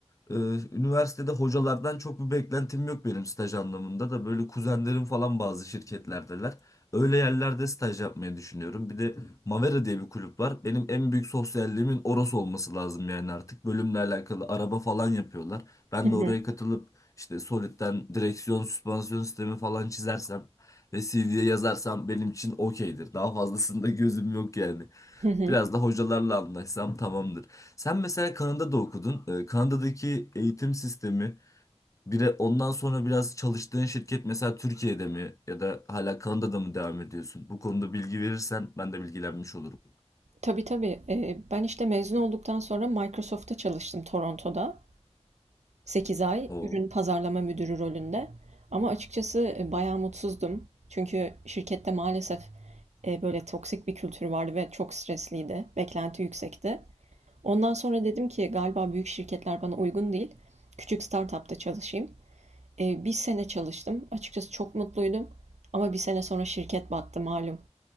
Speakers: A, on the left; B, on the right.
A: e, üniversitede hocalardan çok bir beklentim yok benim staj anlamında da böyle kuzenlerim falan bazı şirketlerdeler. Öyle yerlerde staj yapmayı düşünüyorum. Bir de Mavera diye bir kulüp var. Benim en büyük sosyalliğimin orası olması lazım yani artık. Bölümle alakalı araba falan yapıyorlar. Ben
B: Hı hı.
A: de oraya katılıp işte Solid'den direksiyon, süspansiyon sistemi falan çizersem ve CV'ye yazarsam benim için okeydir. Daha fazlasında <laughs> gözüm yok yani.
B: Hı hı.
A: Biraz da hocalarla anlaşsam tamamdır. Sen mesela Kanada'da okudun. Ee, Kanada'daki eğitim sistemi bir de ondan sonra biraz çalıştığın şirket mesela Türkiye'de mi ya da hala Kanada'da mı devam ediyorsun? Bu konuda bilgi verirsen ben de bilgilenmiş olurum.
B: Tabii tabii. Ee, ben işte mezun olduktan sonra Microsoft'ta çalıştım Toronto'da. sekiz ay
A: Oo.
B: ürün pazarlama müdürü rolünde. Ama açıkçası e, bayağı mutsuzdum. Çünkü şirkette maalesef e, böyle toksik bir kültür vardı ve çok stresliydi. Beklenti yüksekti. Ondan sonra dedim ki galiba büyük şirketler bana uygun değil. Küçük startupta çalışayım. E, bir sene çalıştım. Açıkçası çok mutluydum. Ama bir sene sonra şirket battı malum.